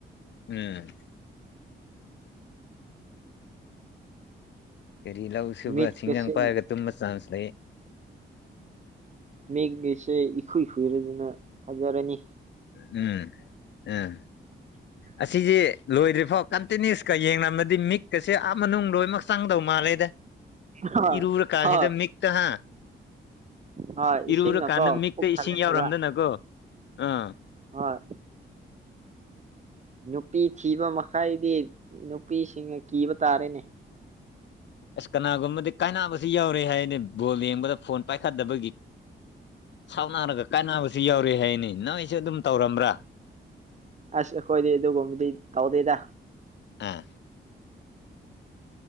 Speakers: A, on the left; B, on the right.
A: ꯎꯝ꯫ ꯀꯔꯤ ꯂꯧ ꯁꯨꯕ
B: ꯃꯤꯠꯀꯁꯦ
A: ꯁꯤꯡꯖꯪꯡ ꯄꯥꯏꯔꯒ ꯇꯨꯝꯕ ꯆꯥꯟꯁ ꯂꯩꯌꯦ꯫
B: ꯃꯦꯒꯤꯁꯦ ꯏꯈꯨꯏ ꯈꯨꯏꯔꯗꯅ ꯐꯖꯔꯥꯅꯤ꯫
A: ꯎꯝ ꯑꯥ꫰꫰
B: <inaudible>
A: ꯑꯁꯤꯁꯦ ꯂꯣꯏꯗ꯭ꯔꯤꯐꯥꯎ ꯀꯟꯇꯤꯅ꯭ꯌꯨꯁꯀ ꯌꯦꯡꯂꯝꯃꯗꯤ ꯃꯤꯠꯀꯁꯦ ꯑꯥ ꯃꯅꯨꯡ ꯂꯣꯏꯅꯃꯛ ꯆꯪꯗꯧ ꯃꯥꯜꯂꯦꯗ꯫
B: ꯍꯣꯏ
A: ꯏꯔꯨꯔ ꯀꯥꯥꯟꯁꯤꯗ
B: ꯍꯣꯏ
A: ꯃꯤꯛꯇ ꯍꯥ꯫
B: ꯍꯣꯏ ꯏꯁꯤꯡꯅꯀꯣ
A: ꯏꯔꯨꯔꯀꯥꯟꯗ ꯃꯤꯛꯇ
B: ꯄꯨꯛ ꯊꯜꯂꯅꯤꯕ
A: ꯏꯁꯤꯡ ꯌꯥꯎꯔꯝꯗꯅꯀꯣ ꯑꯥ꯫
B: ꯍꯣꯏ꯫ ꯅꯨꯄꯤ ꯊꯤꯕ ꯃꯈꯩꯗꯤ ꯅꯨꯄꯤꯁꯤꯡꯅ ꯀꯤꯕ ꯇꯥꯔꯦꯅꯦ꯫
A: ꯑꯁ ꯀꯅꯥꯒꯨꯝꯕꯗꯤ ꯀꯥꯏꯅꯕꯁꯨ ꯌꯥꯎꯔꯦ ꯍꯥꯏꯅꯦ ꯕꯣꯜ ꯌꯦꯡꯕꯗ ꯐꯣꯟ ꯄꯥꯏꯈꯠꯇꯕꯒꯤ꯫ ꯁꯥꯎꯅꯔꯒ ꯀꯥꯏꯅꯕꯁꯨ ꯌꯥꯎꯔꯦ ꯍꯥꯏꯅꯦ ꯅꯣꯏꯁꯨ ꯑꯗꯨꯝ ꯇꯧꯔꯝꯕ꯭ꯔꯥ꯫
B: ꯑꯁ ꯑꯩꯈꯣꯏꯗꯤ ꯑꯗꯨꯒꯨꯝꯕꯗꯤ ꯇꯧꯗꯦꯗ꯫
A: ꯑꯥ꯫